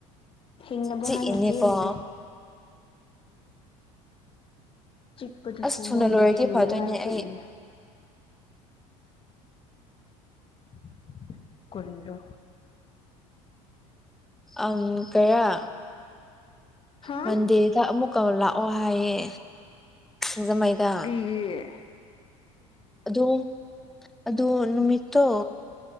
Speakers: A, on the left (about 30°); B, in the centre.
A: ꯍꯤꯡꯅꯕ
B: ꯆꯤꯛꯏꯅꯦꯀꯣ
A: ꯍꯥꯏꯅ ꯆꯦꯜꯂꯤꯅꯦ ꯆꯤꯛꯄꯗꯨꯁꯨ
B: ꯑꯁ ꯊꯨꯅ
A: ꯃꯣꯏ
B: ꯂꯣꯏꯔꯗꯤ
A: ꯍꯤꯡꯅꯤꯡꯉꯥꯏ
B: ꯐꯗꯣꯏꯅꯦ
A: ꯆꯤꯛꯏꯅꯦ
B: ꯑꯩ
A: <unintelligible> ꯀꯔꯤꯔꯥ
B: ꯑꯪ ꯀꯩꯔꯥ
A: ꯍꯥ
B: ꯃꯟꯗꯦꯗ ꯑꯃꯨꯛꯀ ꯂꯥꯛꯑꯣ ꯍꯥꯏꯌꯦ ꯁꯤꯡꯖꯃꯩꯗ
A: ꯌꯤ
B: ꯑꯗꯨ ꯑꯗꫭ ꯅꯨꯃꯤꯠꯇꯣ